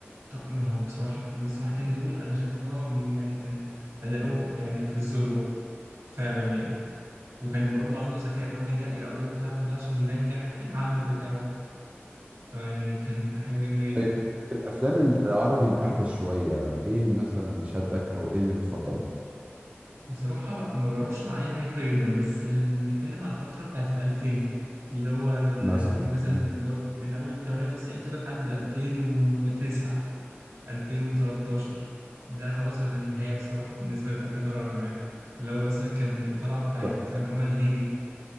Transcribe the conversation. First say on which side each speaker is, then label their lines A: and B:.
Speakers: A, on the right; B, on the right.
A: طب ما هو بصراحة في المسرحتين دول أنا شايف إن هو يعني كان أداؤه يعني في الذروة فعلا يعني وكان برضو عنده الذكاء ان هو ينقي الادوار بتاعته ده عشان ينجح العمل بتاعه فيعني كان حاجه جميله جدا
B: طيب في الافلام العربي الاحدث شويه ايه مثلا شدك او ايه اللي بتفضله
A: بصراحه ما بروحش مع اي حاجه جديده جدا بس ال- نتكلم على الفتره بتاعت ال 2000 اللي هو ال
B: مثلا
A: 2000 مثلا
B: مم.
A: اللي هو من اول 98 كده لحد 2009 2013 ده خلاص كانت النهايه بصراحه بالنسبه للافلام العربي معايا اللي هو مثلا كان الطلعه بتاعت
B: ط-
A: محمد هنيدي